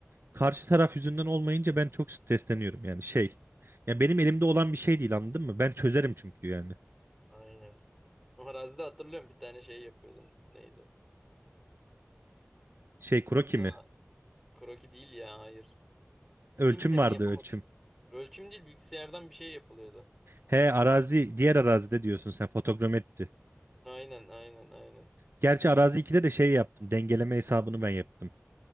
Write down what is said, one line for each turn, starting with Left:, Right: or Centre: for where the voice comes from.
Right: karşı taraf yüzünden olmayınca ben çok stresleniyorum yani şey. Ya benim elimde olan bir şey değil anladın mı? Ben çözerim çünkü yani.
Centre: Aynen. O Arazide hatırlıyorum bir tane şey yapıyordum. Neydi?
Right: Şey kroki
Centre: Ha,
Right: mi?
Centre: kroki değil ya hayır.
Right: Ölçüm
Centre: Kimsenin
Right: vardı
Centre: yapamadığı.
Right: ölçüm.
Centre: Ölçüm değil bilgisayardan bir şey yapılıyordu.
Right: He arazi diğer arazide diyorsun sen fotogrametri.
Centre: Aynen aynen aynen.
Right: Gerçi arazi 2'de de şey yaptım. Dengeleme hesabını ben yaptım.